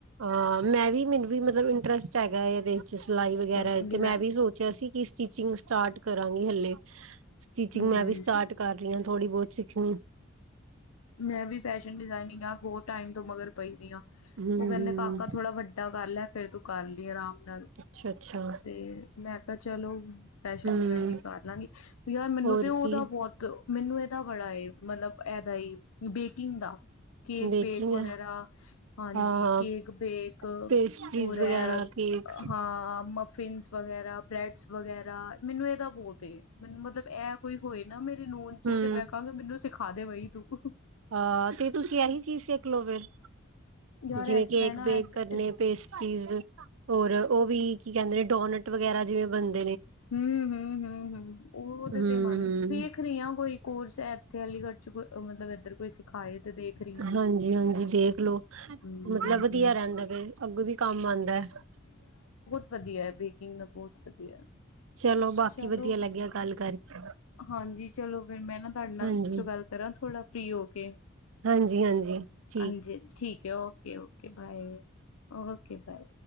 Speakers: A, on the right; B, on the left.
A: ਅਹ ਮੈਂ ਵੀ ਮੈਨੂੰ ਵੀ ਮਤਲਬ ਇੰਟਰਸਟ ਹੈਗਾ ਹੈ। ਸਿਲਾਈ ਵਗੈਰਾ
B: ਫੈਸ਼ਨ ਡਿਜ਼ਾਇਨਿੰਗ
A: ਤੇ ਮੈਂ ਵੀ ਸੋਚਿਆ ਸੀ ਕਿ ਸਟਿਚਿੰਗ ਸਟਾਰਟ ਕਰਾਂਗੀ ਹਲੇ ਸਟਿਚਿੰਗ
B: ਹੂੰ,
A: ਮੈਂ ਵੀ ਸਟਾਰਟ ਕਰ ਰਹੀ ਆਂ। ਥੋੜੀ ਬਹੁਤ ਸਿੱਖਣੀ
B: ਮੈਂ ਵੀ ਫੈਸ਼ਨ ਡਿਜ਼ਾਇਨਿੰਗ ਆਪ ਹੋਰ ਟਾਈਮ ਤੋਂ ਮਗਰ ਪਈਦੀ ਆਂ।
A: ਹੂੰ-ਹੂੰ
B: ਉਹ ਕਹਿੰਦੇ ਕਾਕਾ ਥੋੜਾ ਵੱਡਾ ਕਰ ਲੈ। ਫੇਰ ਤੂੰ ਕਰ ਲਈ ਆਰਾਮ ਨਾਲ
A: ਅੱਛਾ-ਅੱਛਾ
B: ਤੇ ਮੈਂ ਕਿਹਾ ਚਲੋ ਫੈਸ਼ਨ
A: ਹੂੰ
B: ਡਿਜ਼ਾਇਨਿੰਗ ਕਰ ਲਾਂਗੀ, ਯਾਰ ਮੈਨੂੰ
A: ਹੋਰ
B: ਤੇ ਉਹਦਾ
A: ਕੀ
B: ਬਹੁਤ ਮੈਨੂੰ ਇਹ ਤਾਂ ਬੜਾ ਏ ਮਤਲਬ ਦਾ ਹੀ ਬੇਕਿੰਗ ਦਾ ਕੇਕ
A: ਬੇਕਿੰਗ
B: ਬੇਕ ਵਗੈਰਾ ਹਾਂਜੀ,
A: ਹਾਂ
B: ਕੇਕ ਬੇਕ
A: ਪੇਸਟਰੀਜ਼
B: ਹੋਰ
A: ਵਗੈਰਾ
B: ਐ,
A: ਕੇਕ
B: ਹਾਂ ਮਫਿਨਸ ਵਗੈਰਾ, ਬ੍ਰੈਡਸ ਵਗੈਰਾ ਮੈਨੂੰ ਇਹਦਾ ਬਹੁਤ ਮੈਨੂੰ ਮਤਲਬ ਇਹ ਕੋਈ ਹੋਏ ਨਾ ਮੇਰੇ ਨੋਨ ਚ
A: ਹੂੰ
B: ਤੇ ਮੈਂ ਕਹਾਂਗੀ ਮੈਨੂੰ ਸਿਖਾ ਖਾ ਦੇ ਬਈ <unintelligible>
A: ਹਾਂ ਤੇ ਤੁਸੀਂ ਇਹੀ ਚੀਜ਼ ਸਿੱਖ ਲਓ ਫਿਰ
B: ਯਾਰ
A: ਜਿਵੇਂ
B: ਇਸ
A: ਕੇਕ
B: ਤਰ੍ਹਾਂ ਨਾ
A: ਪੈਕ ਕਰਨੇ। ਪੇਸਟਰੀਜ਼ ਔਰ ਉਹ ਵੀ ਕੀ ਕਹਿੰਦੇ ਨੇ ਡੋਨਟ ਵਗੈਰਾ ਜਿਵੇਂ ਬਣਦ
B: ਹਂ, ਹਂ, ਹਂ, ਹਂ। ਉਹ ਉਹਦੇ
A: ਹੂੰ, ਹੂੰ
B: ਤੇ ਮਨ ਵੇਖ ਰਹੀ ਆਂ ਕੋਈ ਹੋਰ ਸ਼ਹਿਰ ਇੱਥੇ ਅਲੀਗੜ੍ਹ ਚ ਕੋਈ ਮਤਲਬ ਇੱਧਰ ਕੋਈ ਸਿਖਾਏ ਤੇ ਦੇਖ ਰਹੀ ਹਾਂ।
A: ਹਾਂਜੀ-ਹਾਂਜੀ ਦੇਖਲੋ
B: ਹੂੰ-ਹੂੰ-ਹੂੰ
A: ਮਤਲਬ ਵਧੀਆ ਰਹਿੰਦਾ ਫੇਰ ਅੱਗੋਂ ਵੀ ਕੰਮ ਆਦਾ ਹੈ।
B: ਵਧਦੀਆ ਹੈ ਵੀ ਕੀ ਦਾ ਬਹੁਤ ਵਧੀਆ
A: ਚਲੋ ਬਾਕੀ
B: ਚਲੋ
A: ਵਧੀਆ ਲੱਗਿਆ ਗੱਲ ਕਰਕੇ
B: ਹਾਂਜੀ ਚਲੋ ਫਿਰ ਮੈਂ ਨਾ ਤੁਹਾਡੇ ਨਾਲ
A: ਹਾਂਜੀ,
B: ਬਾਦ ਚੋ ਗੱਲ ਕਰਾਂ? ਥੋੜਾ ਫ੍ਰਰੀ ਹੋ ਕੇ
A: ਹਾਂਜੀ-ਹਾਂਜੀ ਠੀਕ
B: ਹਾਂਜੀ-ਹਾਂਜੀ। ਠੀਕ ਓਕੇ, ਓਕੇ ਓਕੇ ਬਾਏ ਹੋਰ ਓਕੇ ਬਾਏ।